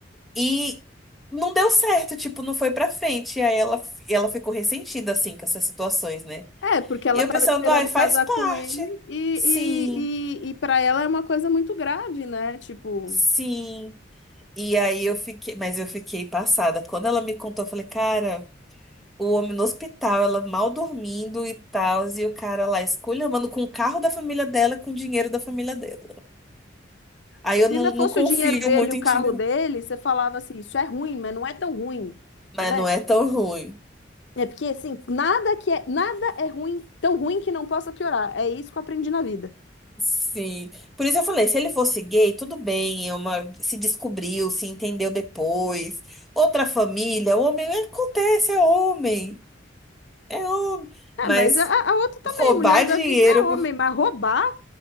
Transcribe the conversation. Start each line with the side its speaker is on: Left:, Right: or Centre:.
Centre: E não deu certo, tipo, não foi pra frente. E aí ela, e ela ficou ressentida, assim, com essas situações, né?
Left: É, porque ela
Centre: E eu
Left: tava
Centre: pensando,
Left: esperando
Centre: ai, faz
Left: casar
Centre: parte.
Left: com ele e,
Centre: Sim,
Left: e, e, e para ela é uma coisa muito grave, né? Tipo.
Centre: sim. E aí eu fiquei, mas eu fiquei passada. Quando ela me contou, eu falei, cara, o homem no hospital, ela mal dormindo e tal, e o cara lá esculhambando com o carro da família dela, com o dinheiro da família dela. Aí eu
Left: Se
Centre: não,
Left: ainda fosse
Centre: não confio
Left: o dinheiro dele
Centre: muito
Left: e o
Centre: em
Left: carro
Centre: Tinder,
Left: dele,
Centre: não.
Left: você falava assim, isso é ruim, mas não é tão ruim,
Centre: Mas
Left: né?
Centre: não é tão ruim.
Left: É porque assim, nada que é, nada é ruim, tão ruim que não possa piorar. É isso que eu aprendi na vida.
Centre: Sim. Por isso eu falei, se ele fosse gay, tudo bem, é uma... se descobriu, se entendeu depois. Outra família, o homem acontece, é homem. É homem.
Left: É,
Centre: Mas
Left: mas a, a outra também,
Centre: roubar
Left: mulher
Centre: dinheiro.
Left: da vida é homem, mas roubar,